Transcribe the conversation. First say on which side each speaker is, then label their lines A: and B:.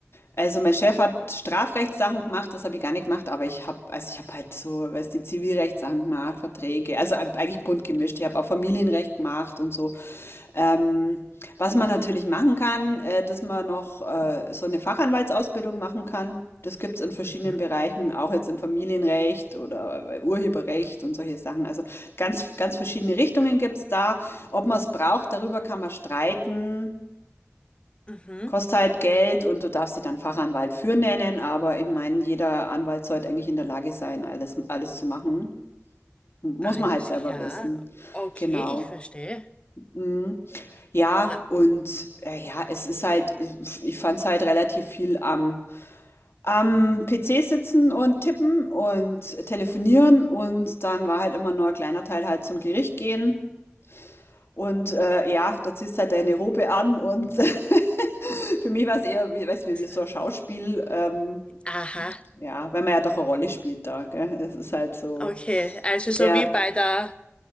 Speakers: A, on the left (about 60°); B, on the left (about 25°).
A: Also mein Chef hat Strafrechtssachen gemacht, das habe ich gar nicht gemacht, aber ich habe, also ich habe halt so, weißt du, die Zivilrechtssachen gemacht, Verträge, also ab- eigentlich bunt gemischt. Ich habe auch Familienrecht gemacht und so. Ähm, was man natürlich machen kann, äh, dass man noch äh, so eine Fachanwaltsausbildung machen kann. Das gibt's in verschiedenen
B: Mhm,
A: Bereichen, auch jetzt im Familienrecht oder bei Urheberrecht und solche Sachen. Also ganz, ganz verschiedene Richtungen gibt's da. Ob man es braucht, darüber kann man streiten.
B: mhm.
A: Kostet halt Geld und du darfst dich dann Fachanwalt für nennen, aber ich meine, jeder Anwalt sollte eigentlich in der Lage sein, alles, alles zu machen. Muss
B: Alles
A: man halt selber
B: klar.
A: wissen.
B: Okay,
A: Genau.
B: ich verstehe.
A: Mhm. Ja,
B: Ah,
A: und äh, ja, es ist halt, ich, ich fand es halt relativ viel am, am PC sitzen und tippen und telefonieren und dann war halt immer nur ein kleiner Teil halt zum Gericht gehen. Und äh, ja, da ziehst halt deine Robe an und <laughs> für mich war es eher, wie, weißt du, wie,
B: so.
A: wie so ein Schauspiel, ähm,
B: Aha,
A: Ja, weil man ja doch eine Rolle spielt da, gell? Es ist halt so,
B: Okay, also so
A: ja,
B: wie bei der